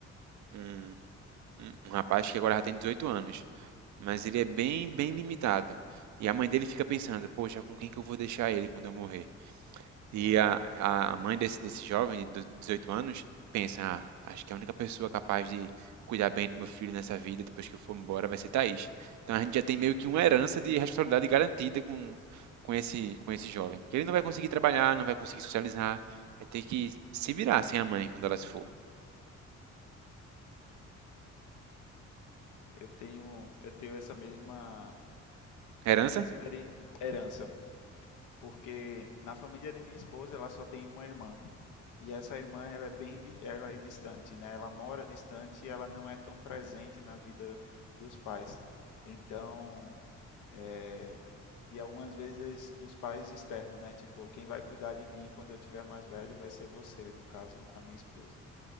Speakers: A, on the right (about 70°); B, on the left (about 80°).
A: Um, um, um rapaz que agora já tem 18 anos, mas ele é bem, bem limitado. E a mãe dele fica pensando: poxa, com quem que eu vou deixar ele quando eu morrer? E a, a a mãe desse, desse jovem de 18 anos pensa: ah, acho que a única pessoa capaz de cuidar bem do meu filho nessa vida, depois que eu for embora, vai ser Thaís. Então a gente já tem meio que uma herança de responsabilidade garantida com, com esse, com esse jovem. Porque ele não vai conseguir trabalhar, não vai conseguir socializar, vai ter que se virar sem a mãe quando ela se for.
B: Eu tenho, eu tenho essa mesma
A: A Herança
B: experi- herança, porque na família de minha esposa ela só tem uma irmã e essa irmã ela é bem, di- ela é distante, né? Ela mora distante e ela não é tão presente na vida dos pais. Então É, e algumas vezes os pais externos, né? Tipo, quem vai cuidar de mim quando eu tiver mais velho vai ser você, no caso, a minha esposa.